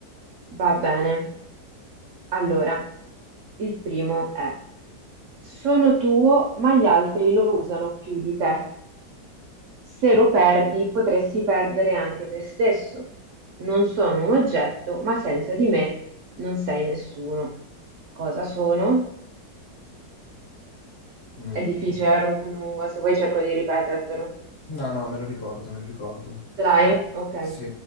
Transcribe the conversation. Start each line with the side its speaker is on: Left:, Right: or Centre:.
Right: Va bene. Allora, il primo è: sono tuo, ma gli altri lo usano più di te. Se lo perdi, potresti perdere anche te stesso. Non sono un oggetto, ma senza di me non sei nessuno. Cosa sono?
Left: Mm.
Right: È difficile, era un po' lungo, se vuoi cerco di ripetertelo.
Left: No, no, me lo ricordo, me lo ricordo.
Right: Ce l'hai? Ok.
Left: Sì.